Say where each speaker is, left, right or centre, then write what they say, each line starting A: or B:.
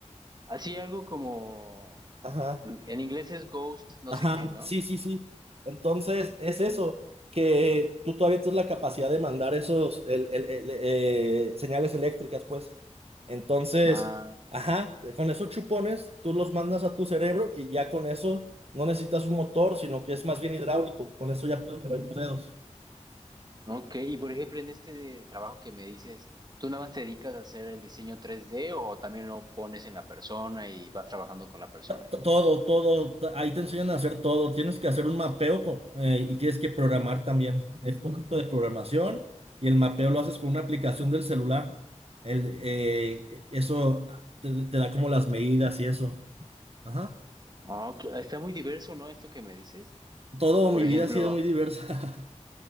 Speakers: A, on the right; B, on the right.
A: Así algo como,
B: Ajá.
A: en inglés es ghost, no
B: Ajá,
A: sé qué, ¿no?
B: sí, sí, sí. Entonces, es eso, que tú todavía tienes la capacidad de mandar esos el- el- el- eh, señales eléctricas, pues. Entonces,
A: Ah,
B: ajá, con esos chupones tú los mandas a tu cerebro y ya con eso no necesitas un motor, sino que es más bien hidráulico. Con eso ya puedes mover tus dedos.
A: ok. Y por ejemplo, en este de trabajo que me dices, ¿tú nada más te dedicas a hacer el diseño tres d o también lo pones en la persona y vas trabajando con la persona?
B: To- Todo, todo, t- ahí te enseñan a hacer todo. Tienes que hacer un mapeo co- eh, y tienes que programar también. Es un poquito de programación y el mapeo lo haces con una aplicación del celular. El, eh, eso te, te da como las medidas y eso. Ajá.
A: Ah, ok, Está muy diverso, ¿no? Esto que me dices.
B: Todo
A: Por
B: mi
A: ejemplo,
B: vida ha sido muy diversa.